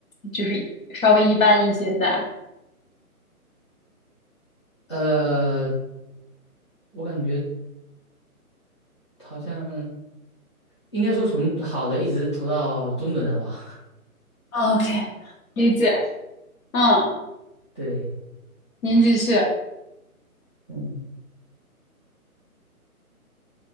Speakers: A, on the left; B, on the left.
A: 就是稍微一般一些在
B: 呃，我感觉。好像应该说从好的一直投到中等的吧。
A: ？OK，理解。嗯，
B: <laughs> 对，
A: 您继续。
B: 嗯，